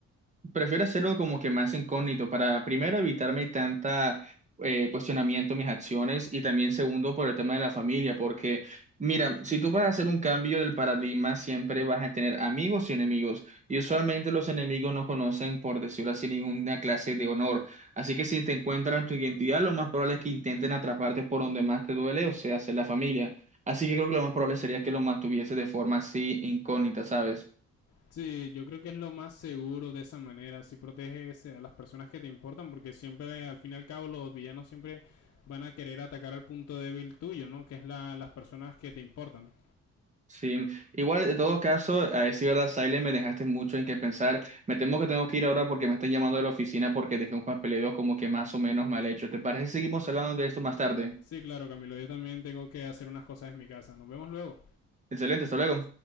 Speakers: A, on the right (about 25°); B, on the left (about 55°).
A: Prefiero hacerlo como que más incógnito para primero evitarme tanta eh, cuestionamiento en mis acciones y también segundo por el tema de la familia, porque mira, si tú vas a hacer un cambio del paradigma, siempre vas a tener amigos y enemigos y usualmente los enemigos no conocen, por decirlo así, ninguna clase de honor. Así que si te encuentran tu identidad, lo más probable es que intenten atraparte por donde más te duele, o sea, hacer la familia. Así que creo que lo más probable sería que lo mantuviese de forma así incógnita, ¿sabes?
B: Sí, yo creo que es lo más seguro de esa manera. Si proteges a las personas que te importan, porque siempre, al fin y al cabo, los villanos siempre van a querer atacar al punto débil tuyo, ¿no? Que es la, las personas que te importan.
A: Sí, igual en todo caso, a decir verdad, Silent, me dejaste mucho en qué pensar. Me temo que tengo que ir ahora porque me están llamando de la oficina porque dejé un papeleo como que más o menos mal hecho. ¿Te parece que seguimos hablando de esto más tarde?
B: Sí, claro, Camilo, yo también tengo que hacer unas cosas en mi casa. Nos vemos luego.
A: Excelente, hasta luego.